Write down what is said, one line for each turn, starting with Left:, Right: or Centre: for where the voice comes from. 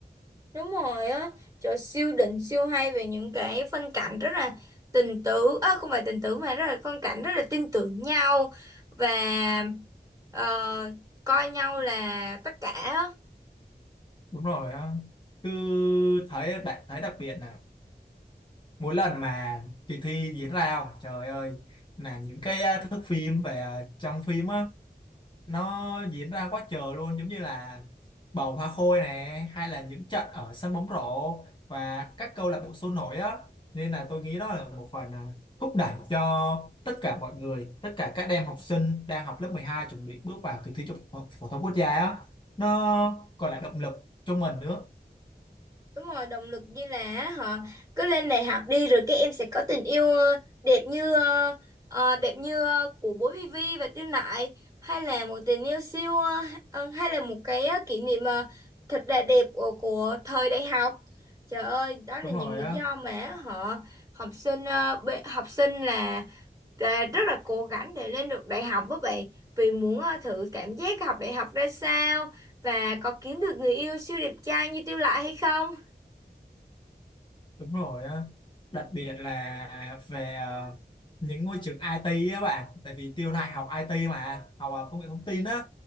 Right: Đúng rồi á, trời siêu đỉnh siêu hay về những cái phân cảnh rất là tình tứ, à, không phải tình tứ mà rất là phân cảnh rất là tin tưởng nhau và ờ, coi nhau là tất cả.
Left: đúng rồi á cứ thấy bạn thấy đặc biệt là mỗi lần mà kỳ thi diễn ra không trời ơi là những cái à, thước phim về à, trong phim á nó diễn ra quá trời luôn giống như là bầu hoa khôi này hay là những trận ở sân bóng rổ và các câu lạc bộ sôi nổi á nên là tôi nghĩ đó là một phần à, thúc đẩy cho tất cả mọi người tất cả các em học sinh đang học lớp 12 chuẩn bị bước vào kỳ thi trung học phổ phổ thông quốc gia á nó còn là động lực cho mình nữa
Right: Đúng rồi, động lực như là họ cứ lên đại học đi rồi các em sẽ có tình yêu ờ, đẹp như ờ, ờ, đẹp như ờ, của bố Vivi và Tiêu Nại hay là một tình yêu siêu ờ, ờ, hay là một cái ờ, kỷ niệm ờ, thật là đẹp của, của thời đại học. Trời ơi, đó là
Left: đúng
Right: những
Left: rồi
Right: lý
Left: á
Right: do mà họ học sinh ờ, bê- học sinh là, là rất là cố gắng để lên được đại học với bạn vì muốn ờ, thử cảm giác học đại học ra sao và có kiếm được người yêu siêu đẹp trai như Tiêu Nại hay không.
Left: đúng rồi á đặc biệt là về ờ, những ngôi trường IT á bạn tại vì Tiêu này học IT mà học ờ, công nghệ thông tin á